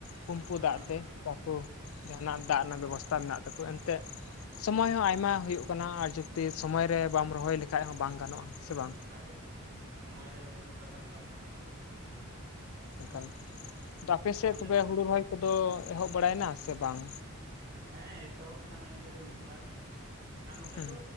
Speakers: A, on the left; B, on the right.
A: ᱯᱩᱸᱢᱯᱷᱩ
B: ᱦᱩᱸ
A: ᱫᱟᱜ ᱛᱮ
B: ᱦᱩᱸ
A: ᱵᱟᱠᱚ ᱡᱟᱦᱟᱱᱟᱜ ᱫᱟᱜ ᱨᱮᱱᱟᱜ ᱵᱮᱵᱚᱥᱛᱟ ᱢᱮᱱᱟᱜ ᱛᱟᱠᱚ ᱮᱱᱛᱮ ᱥᱚᱢᱚᱭ ᱦᱚᱸ ᱟᱭᱢᱟ ᱦᱩᱭᱩᱜ, ᱠᱟᱱᱟ ᱡᱩᱠᱛᱤ ᱥᱚᱢᱚᱭ ᱨᱮ ᱵᱟᱢ ᱨᱚᱦᱚᱭ ᱞᱮᱠᱷᱟᱡ ᱦᱚᱸ ᱵᱟᱝ ᱜᱟᱱᱚᱜ-ᱟ ᱥᱮ ᱵᱟᱝ᱾
B: ᱚᱱᱟ ᱜᱮᱛᱚ ᱥᱚᱢᱚᱭ ᱨᱮ ᱦᱩᱲᱩ ᱨᱟᱠᱟᱵ ᱵᱟᱝ ᱜᱟᱱᱚᱜ-ᱟ ᱵᱟᱠᱷᱟᱱ,
A: ᱮᱠᱟᱞ
B: ᱟᱨ
A: ᱛᱚ ᱟᱯᱮᱥᱮᱫ
B: ᱚᱱᱛᱮ
A: ᱛᱚᱵᱮ
B: ᱫᱚ
A: ᱦᱩᱲᱩ ᱨᱚᱦᱚᱭ ᱠᱚᱫᱚ ᱮᱦᱚᱵ ᱵᱟᱲᱟᱭᱱᱟ ᱥᱮ ᱵᱟᱝ?
B: ᱦᱮᱸ ᱮᱛᱚᱦᱚᱵ ᱟᱠᱟᱱᱟ ᱤᱱᱠᱟᱹ ᱜᱮ ᱢᱤᱫᱵᱟᱨ <inaudible> ᱟᱨ ᱱᱚᱛᱮ
A: ᱦᱩᱸ
B: ᱫᱚ